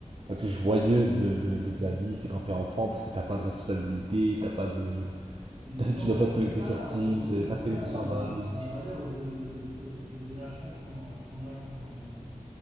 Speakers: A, on the right; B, on the right.
A: la plus joyeuse
B: oui.
A: de, de ta vie, c'est quand t'es enfant, parce que t'as pas de responsabilité, t'as pas de... <laughs>
B: Oui,
A: t'as-
B: mais nous,
A: tu
B: en
A: dois
B: fait,
A: pas
B: on
A: te
B: ne
A: connecter
B: sait pas
A: sur
B: la,
A: Teams,
B: on, on
A: y a pas
B: sait
A: de
B: pas
A: télétravail,
B: la, la, la valeur de, de, ce- de- de la chance qu'on qu'on a quand on est enfant.